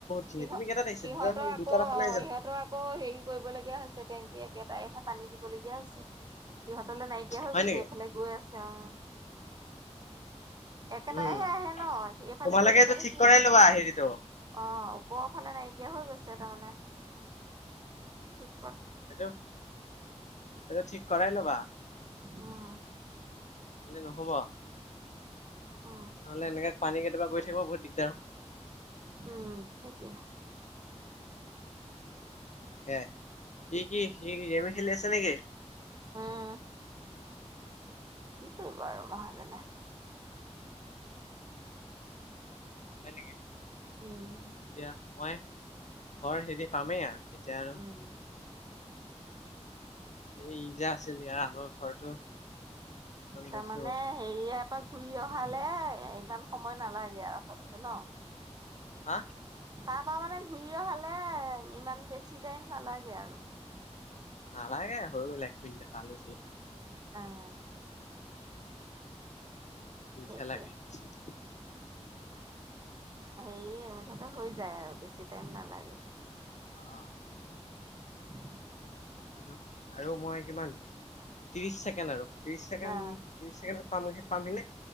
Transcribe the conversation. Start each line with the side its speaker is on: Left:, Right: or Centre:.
Left: খিনি
Right: সিহত
Left: তুমি কেইটাত আহিছা
Right: সিহঁতৰ
Left: দুটা
Right: আকৌ
Left: দুটাত অহা
Right: অ'
Left: নাই জানো
Right: সিহঁতৰ আকৌ হেৰি কৰিব লগীয়া হৈছে টেংকী একেটাইহে পানী দিবলগীয়া হৈছে। সিহঁতলে নাইকিয়া হৈ
Left: হয়
Right: গৈছে
Left: নেকি
Right: এইফালে গৈ আছে অ' একেটাইহে
Left: উম
Right: আহে ন সেইফালে
Left: তোমালোকে
Right: গৈ থকা
Left: এইটো
Right: দেখি
Left: ঠিক কৰাই ল'বা হেৰিটো
Right: অ' ওপৰৰ ফালে নাইকিয়া হৈ গৈছে তাৰমানে থিক
Left: এইটো এইটো ঠিক কৰাই ল'বা।
Right: উ'ম।
Left: মানে নহব।
Right: উম,
Left: নহ'লে এনেকে পানী কেতিয়াবা গৈ থাকিব বহু দিক
Right: উ'ম সেইটোৱে
Left: সেয়াই ই কি ই কি গেমে খেলি আছে নেকি?
Right: অ' কি কৰিব আৰু মহাজনে।
Left: হয় নেকি।
Right: উম,
Left: দিয়া মই ঘৰ হেৰি পামেই আৰু এতিয়া আৰু
Right: উম।
Left: এই ই যো আছিল ইয়াৰ আগৰ ঘৰটো সেইখন
Right: তাৰমানে
Left: গৈছো
Right: হেৰিয়ে এপাক ঘূৰি অহা লে ইমান সময় নালাগে আৰু আচলতে ন।
Left: <unintelligible>
Right: তাৰ পৰা মানে ঘূৰি অহালে ইমান বেছি টাইম নালাগে আৰু
Left: নালাগে হৈ গ'ল এক মিনিটে পালো হিয়ে।
Right: অ'। সেইটোৱে
Left: <inaudible> লাগে বেছিত।
Right: সেয় মুঠতে হৈ যায় আৰু বেছি টাইম নালাগে
Left: অ'
Right: <inaudible>
Left: আৰু, আৰু মই কিমান ত্ৰিশ ছেকেণ্ড আৰু ত্ৰিশ ছেকেণ্ড
Right: অ',
Left: ত্ৰিশ ছেকেণ্ডত পামে পামহি নে?